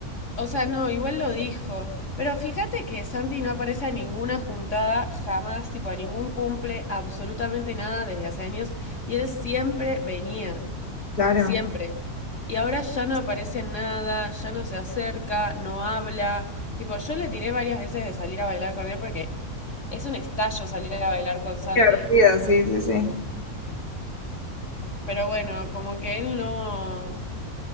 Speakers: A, on the left; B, on the left.
A: O sea, no, igual lo dijo. Pero fíjate que Santi no aparece a ninguna juntada jamás, tipo a ningún cumple, absolutamente nada desde hace años. Y él siempre venía,
B: claro.
A: siempre. Y ahora ya no aparece en nada, ya no se acerca, no habla. Tipo, yo le tiré varias veces de salir a bailar con él porque es un estallo salir a bailar con Santi.
B: Qué Divertido, sí, sí, sí.
A: Pero bueno, como que él no,